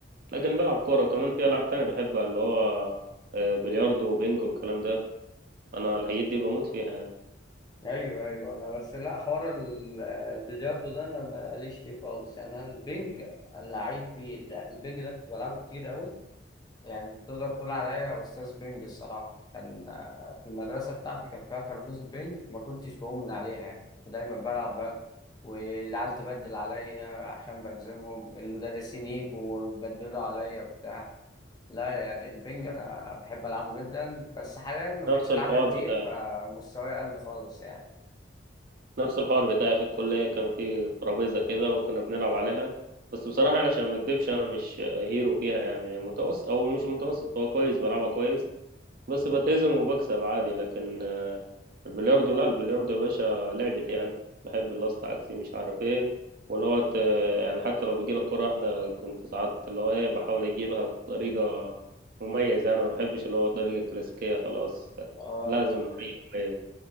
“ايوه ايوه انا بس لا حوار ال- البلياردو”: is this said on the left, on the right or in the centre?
Left